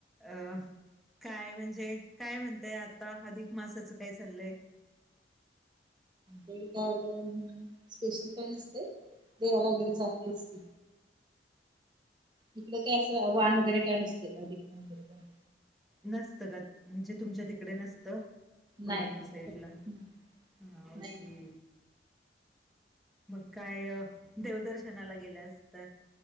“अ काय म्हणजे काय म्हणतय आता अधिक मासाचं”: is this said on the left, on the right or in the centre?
Centre